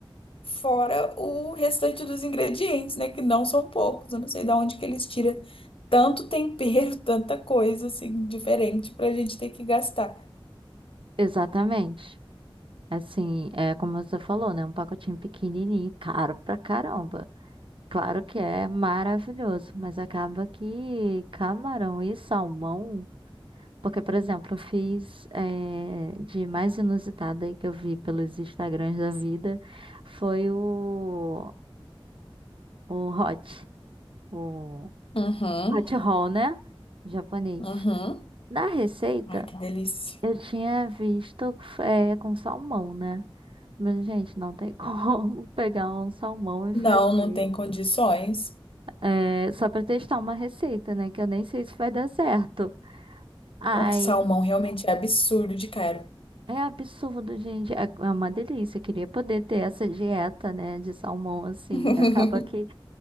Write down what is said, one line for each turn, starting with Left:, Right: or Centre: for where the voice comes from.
Left: fora o restante dos ingredientes, né? Que não são poucos. Eu não sei de onde que eles tiram tanto tempero, <laughs> tanta coisa, assim, diferente pra gente ter que gastar.
Right: Exatamente. Assim, é como você falou, né? Um pacotinho pequenininho, caro pra caramba. Claro que é maravilhoso, mas acaba que camarão e salmão. Porque, por exemplo, eu fiz eh, de mais inusitada aí que eu vi pelos Instagrams da vida foi o o hot, o
Left: Uhum,
Right: hot roll, né? Japonês.
Left: uhum.
Right: Na receita,
Left: Que delícia.
Right: eu tinha visto é, com salmão, né? Mas, gente, não tem <laughs> como pegar um salmão e
Left: Não,
Right: fazer.
Left: não tem condições.
Right: É, só pra testar uma receita, né? Que eu nem sei se vai dar certo. Ai,
Left: O salmão realmente é absurdo de caro.
Right: é absurdo, gente. É é uma delícia. Eu queria poder ter essa dieta, né? De salmão, assim.
Left: <laughs>
Right: Acaba que